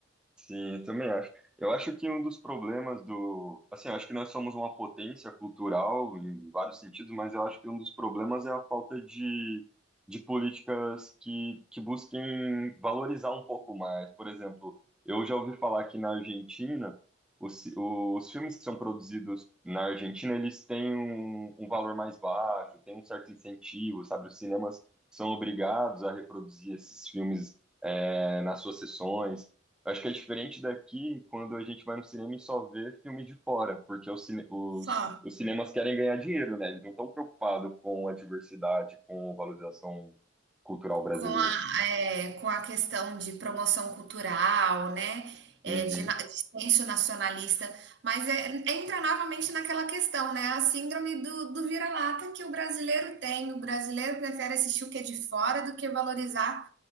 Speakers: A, in the centre; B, on the right.
A: Sim, eu também acho. Eu acho que um dos problemas do. Assim, eu acho que nós somos uma potência cultural em vários sentidos, mas eu acho que um dos problemas é a falta de, de políticas que, que busquem valorizar um pouco mais. Por exemplo, eu já ouvi falar que na Argentina, os, ci- os filmes que são produzidos na Argentina, eles têm um, um valor mais baixo, tem um certo incentivo, sabe? Os cinemas são obrigados a reproduzir esses filmes, eh, nas suas sessões. Acho que é diferente daqui quando a gente vai no cinema e só vê filme de fora, porque os, cine- os,
B: Só.
A: os cinemas querem ganhar dinheiro, né? Eles não estão preocupados com a diversidade, com a valorização cultural brasileira.
B: Com a, é, com a questão de promoção cultural, né? É,
A: Uhum,
B: de, na- dissenso nacionalista, mas é- entra novamente naquela questão, né? A síndrome do, do vira-lata que o brasileiro tem. O brasileiro prefere assistir o que é de fora do que valorizar